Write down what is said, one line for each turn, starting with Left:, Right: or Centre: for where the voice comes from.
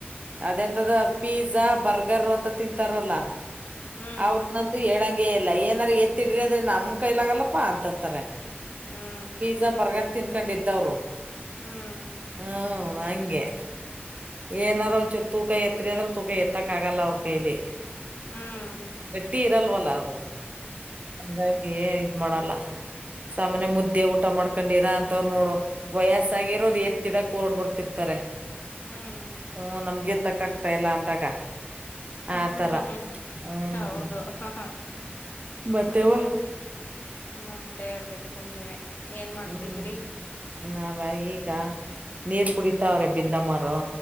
Right: ಅದೆಂತದ ಪೀಜಾ ಬರ್ಗರು ಅಂತ ತಿಂತಾರಲ್ಲ
Left: ಹ್ಮ್
Right: ಅವ್ರ ಹೇಳಂಗೇ ಇಲ್ಲ ಏನಾದ್ರ ಎತ್ತಿಡ್ರಿ ಅಂದ್ರೆ ನಮ್ ಕೈಲಾಗಲ್ಲಪ್ಪಾ ಅಂತಂತಾರೆ.
Left: ಹ್ಮ್
Right: ಪೀಜಾ ಬರ್ಗರ್ ತಿನ್ಕೊಂಡಿದ್ದವ್ರು
Left: ಹ್ಮ್
Right: ಹು ಹಂಗೆ ಏನರ ಒಂದಚೂರು ತೂಕ ಎತ್ರಿ ಅಂದ್ರ ತೂಕ ಎತ್ತಕ್ ಆಗಲ್ಲ ಅವ್ರ ಕೈಲಿ
Left: ಹ್ಮು
Right: ಸುಟಿ ಇರಲ್ವಲ್ಲ ಅವರು <inaudible> ಹಾಗಾಗಿ ಇದ ಮಾಡಲ್ಲ ಸಾಮನ್ಯ ಮುದ್ದೆ ಊಟ ಮಾಡ್ಕೊಂಡಿರ ಅಂತವ್ರು ನೋಡು ವಯಸ್ಸಾಗಿರೋರ ಎತ್ತಿಡಕ್ ಓಡ್ ಬರ್ತಿರ್ತಾರೆ
Left: ಹ್ಮ್
Right: ಹ್ಮ ನಮ್ಗೆ ಏತ್ತಕ್ಕ ಆಗ್ತಾ ಇಲ್ಲ ಅಂದಾಗ
Left: ಹ್ಮ
Right: ಆತರ
Left: ಹ್ಮ್ ಹ್ಮ್
Right: ಹ್ಮ್
Left: ಹೌದು ಹಾ ಹಾ <inaudible>
Right: ಮತ್ತೆವ
Left: ಹ ಮತ್ತೆ ಹೇಳ್ಬೇಕು ನೀವೇ. ಏನ್ ಮಾಡ್ತಿದ್ರಿ
Right: ಹ್ಮ್ ನಾವಾ ಈಗ ನೀರ್ ಕುಡಿತವ್ರೆ ಬಿಂದಮ್ಮರು